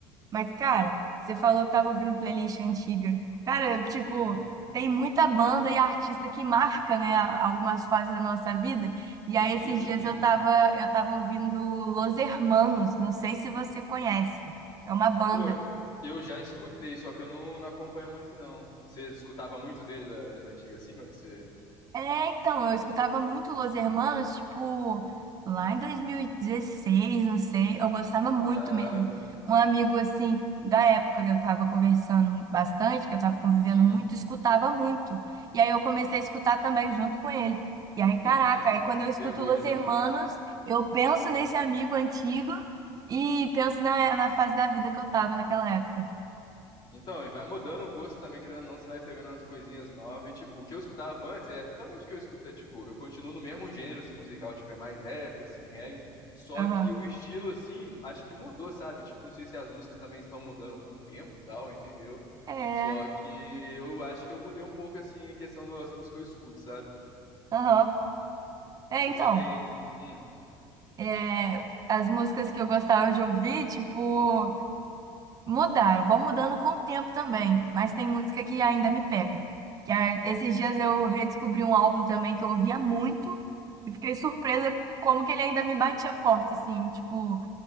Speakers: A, on the right (about 35°); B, on the left (about 45°).
A: Mas, cara, você falou que tava ouvindo playlist antiga. Cara, eu, tipo,
B: Uhum.
A: tem muita banda e artista que marca, né, a- algumas fases da nossa vida. E aí, esses
B: Uhum.
A: dias eu tava, eu tava ouvindo Los Hermanos, não sei se você conhece. É uma banda.
B: Pô, eu já escutei, só que eu não, não acompanho muito, não. Você escutava muito dele da- das antigas assim, quando você.
A: É, então, eu escutava muito Los Hermanos, tipo, lá em dois mil e dezesseis não sei, eu gostava muito
B: Caraca.
A: mesmo. Um amigo, assim, da época que eu tava conversando bastante, que eu tava convivendo
B: Uhum.
A: muito, escutava muito. E aí eu comecei a escutar também junto com ele. E aí,
B: <laughs>
A: caraca, aí quando eu escuto
B: Pegou
A: Los
B: então.
A: Hermanos, eu penso nesse amigo antigo e penso na, na fase da vida que eu tava naquela época.
B: Então, e vai mudando o gosto também, querendo ou não, você vai pegando umas coisinhas novas. E, tipo, o que eu escutava antes é totalmente o que eu escuto. É, tipo, eu continuo no mesmo gênero, assim, musical, tipo, é mais rap, assim, reggae. Só
A: Aham.
B: que o estilo, assim, acho que mudou, sabe? Tipo, não sei se as músicas também estão mudando com o tempo e tal, entendeu?
A: É,
B: Só que eu acho que eu mudei um pouco, assim, em questão das músicas que eu escuto, sabe?
A: aham. É,
B: Você
A: então.
B: tem. Hum,
A: é, as músicas que eu gostava de ouvir, tipo, mudaram, vão mudando com o tempo também, mas tem música que ainda me pega. Que a- esses dias eu redescobri um álbum também que eu ouvia muito e fiquei surpresa como que ele ainda me batia forte, assim, tipo,